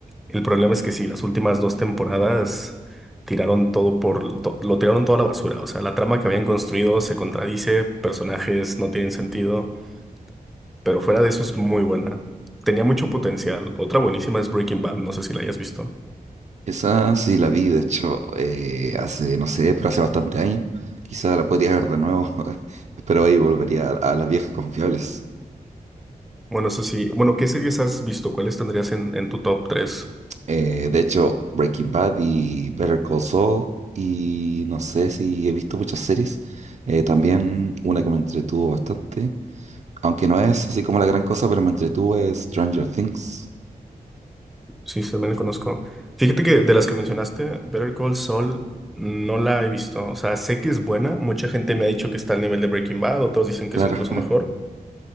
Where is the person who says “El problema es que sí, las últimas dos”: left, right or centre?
Centre